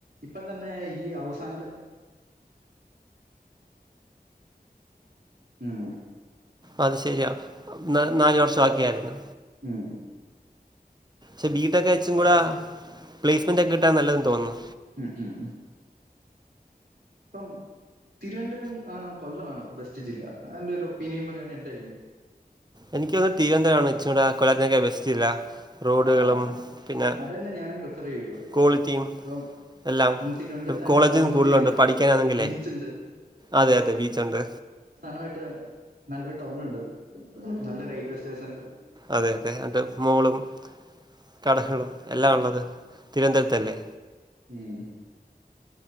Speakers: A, on the right (about 75°); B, on the right (about 25°).
A: ഇപ്പം തന്നെ ഈ അവസാനത്തെ ഉം
B: അത് ശരിയാ നാ നാല് വർഷാക്കിയായിര്ന്ന്
A: ഉം
B: ക്ഷേ ബി ടെക്ക് ച്ചും
A: ഓക്കെ
B: കൂട പ്ലേസ്മെന്റൊക്കിട്ടാൻ നല്ലതെന്ന് തോന്നുന്നു
A: ഉം ഉം പ്പം തിരുവനന്തപുരം ആണോ കൊല്ലം ആണോ ബെസ്റ്റ് ജില്ല നല്ലൊരു ഒപ്പീനിയൻ പറയുവാണങ്കിൽ എന്തായിര്ക്കും
B: എനക്കൊന്ന് തീരുനന്തരംമാണ് ഇച്ചൂടെ കൊല്ലത്തേക്കാ ബസ്റ്റല്ലെ റോഡ്കളും
A: ആ
B: പിന്നെ
A: അതന്നെ ഞാനും പ്രിഫർ ചെയ്യുള്ളൂ
B: ക്വാളിറ്റിയും
A: ഇപ്പം
B: എല്ലാം
A: ഇപ്പം തിരുവനന്തപുരത്ത് തന്നെ
B: കോളേജ്കളും
A: പൊന്മുടി
B: കൂടുതലുണ്ട്
A: ഉണ്ട്
B: പഠിക്കാനാണെങ്കിലേ
A: ബീച്ച് ഉണ്ട്
B: അതെയതെ ബീച്ചൊണ്ട്
A: നായിട്ട് നല്ലൊരു ടൗണുണ്ട് നല്ല റെയിൽവേ സ്റ്റേഷൻ
B: അതെയതെയതെ മോളും കടകളും എല്ലാമുള്ളത് തിരുവന്തര്ത്തല്ലേ
A: ഉം ഉം